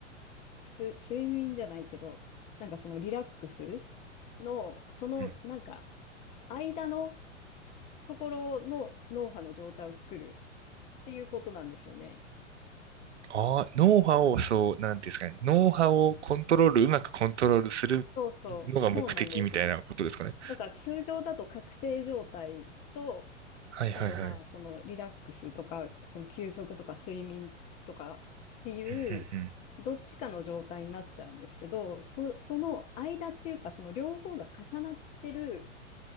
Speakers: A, on the left; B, on the right.
A: す、睡眠じゃないけど、なんかそのリラックスの、その、
B: うん
A: なんか、間のところの脳波の状態を作るっていうことなんですよね。
B: ああ、脳波を、そう、なんていうんですかね。脳波をコントロール、うまくコントロールする
A: そうそう、
B: のが目的みたいなことですかね。
A: そうなんですよ。だから通常だと覚醒状態と
B: はいはいはい。
A: あと、まあ、そのリラックスとか、その休息とか睡眠とかっていう、
B: うん
A: どっちかの状態になっちゃうんですけど、そ、その間っていうか、その両方が重なってる、